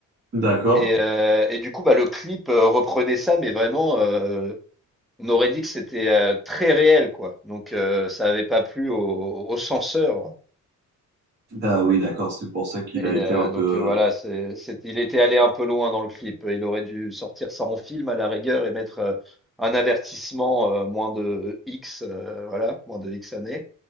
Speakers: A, on the right; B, in the centre.
A: D'accord.
B: Et, euh, et du coup, bah, le clip euh, reprenait ça, mais vraiment, euh, on aurait dit que c'était euh, très réel, quoi. Donc, euh, ça n'avait pas plu au, au censeur.
A: Ah oui, d'accord, c'est pour ça qu'il
B: Et
A: a été
B: euh,
A: un peu,
B: donc euh, voilà, c'est, c'est- il était allé un peu loin dans le clip. Il aurait dû sortir ça en film à la rigueur et mettre euh, un avertissement euh, moins de X, euh, voilà, moins de X années.